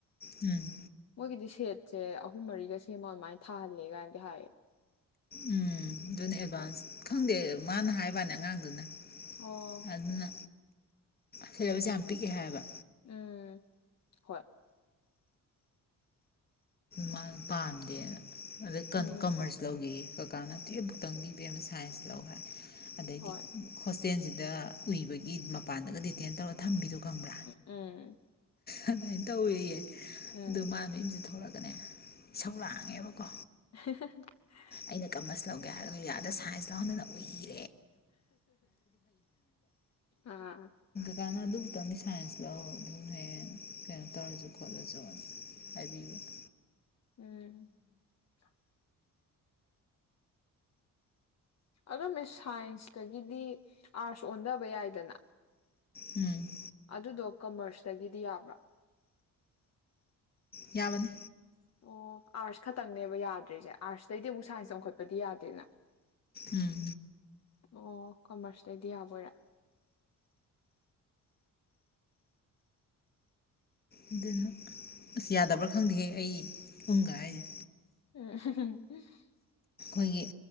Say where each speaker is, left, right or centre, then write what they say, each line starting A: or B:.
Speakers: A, on the left; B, on the left.
A: ꯎꯝ
B: ꯃꯣꯏꯒꯤꯗꯤ ꯁꯦꯠ ꯁꯦ ꯑꯍꯨꯝ ꯃꯔꯤꯒ ꯁꯦꯝꯃꯣ ꯑꯗꯨꯃꯥꯏꯅ ꯊꯥꯍꯜꯂꯦ ꯀꯥꯏꯅꯗꯤ ꯍꯥꯏꯌꯦ
A: ꯎꯝ ꯑꯗꯨꯅ ꯑꯦꯗꯚꯥꯟꯁ
B: ꯑ-
A: ꯈꯪꯗꯦ <unintelligible> ꯃꯥꯅ ꯍꯥꯏꯕꯅꯦ ꯑꯉꯥꯡꯗꯨꯅ
B: ꯑꯣ
A: ꯑꯗꯨꯅ ꯁꯦꯂꯦꯕꯁꯦ ꯌꯥꯝ ꯄꯤꯛꯑꯦ ꯍꯥꯏꯌꯦꯕ
B: ꯎꯝ ꯍꯣꯏ
A: ꯃꯥ ꯄꯥꯝꯗꯦꯅ ꯑꯗ ꯀ
B: ꯎꯝ
A: ꯀꯃꯔꯁ ꯂꯧꯒꯦ ꯀꯀꯥꯅ ꯇꯨꯌꯦꯕ ꯈꯛꯇꯪ ꯏꯕꯦꯝ ꯁꯥꯏꯟꯁ ꯂꯧ ꯍꯥꯏꯦ ꯑꯗꯩꯗꯤ
B: ꯍꯣꯏ
A: ꯍꯣꯁꯇꯦꯜꯁꯤꯗ ꯗ ꯎꯏꯕꯒꯤ ꯃꯄꯥꯟꯗꯒ ꯗꯤꯇꯦꯟ ꯇꯧꯔ ꯊꯝꯕꯤꯗꯣ ꯈꯪꯕ꯭ꯔꯥ
B: ꯎꯝ
A: ꯑꯗꯨꯃꯥꯏꯅ ꯇꯧꯋꯦꯌꯦ
B: ꯎꯝ
A: ꯑꯗꯨꯣ <unintelligible> ꯃꯥꯅ ꯌꯨꯝꯗ ꯊꯂꯛ ꯑꯁꯧ ꯂꯥꯡꯉꯦꯕꯀꯣ
B: <unintelligible> <unintelligible>
A: ꯑꯩꯅ ꯀꯃꯔꯁ ꯂꯧꯒꯦ ꯍꯥꯏꯔꯒ ꯌꯥꯔꯗ ꯁꯥꯏꯟꯁ ꯂꯧꯍꯟꯗꯅ ꯎꯏꯌꯦ
B: ꯑꯥ <unintelligible>
A: ꯀꯛꯅ ꯑꯗꯨꯝꯛꯇꯪꯗꯤ ꯁꯥꯏꯟꯁ ꯂꯥꯛꯑꯣ ꯑꯗꯨꯝ ꯍꯌꯦꯡ ꯀꯩꯅꯣ ꯇꯧꯔꯁꯨ ꯈꯣꯠꯂꯁꯨ ꯍꯥꯏꯕꯤꯕ <inaudible>
B: ꯎꯝ <inaudible> ꯑꯗꯨ ꯃꯤꯁ ꯁꯥꯏꯟꯁꯇꯒꯤꯗꯤ ꯑꯥꯔꯠꯁ ꯑꯣꯟꯊꯕ ꯌꯥꯏꯗꯅ
A: ꯎꯝ <unintelligible>
B: ꯑꯗꯨꯗꯣ ꯀꯃꯔꯁꯇꯒꯤꯗꯤ ꯌꯥꯕ꯭ꯔꯥ
A: ꯌꯥꯕꯅꯤ
B: ꯑꯣ ꯑꯥꯔꯠꯁ ꯈꯛꯇꯪꯅꯦꯕ ꯌꯥꯗ꯭ꯔꯤꯁꯦ ꯑꯥꯔꯠꯁꯇꯩꯩꯗꯤ ꯑꯃꯨꯛ ꯁꯥꯏꯟꯁ ꯑꯣꯡꯈꯠꯄꯥꯗꯤ ꯌꯥꯗꯦꯅ
A: ꯎꯝ
B: ꯑꯣ ꯀꯃꯔꯁꯇꯗꯤ ꯌꯥꯕꯣꯏꯔꯦ
A: ꯑꯗꯨꯅ ꯑꯁ ꯌꯥꯗꯕ꯭ꯔꯥ ꯈꯪꯗꯦꯍꯦ ꯑꯩ ꯎꯝꯒ ꯍꯥꯏꯁꯦ
B: ꯑ
A: ꯑꯩꯈꯣꯏꯒꯤ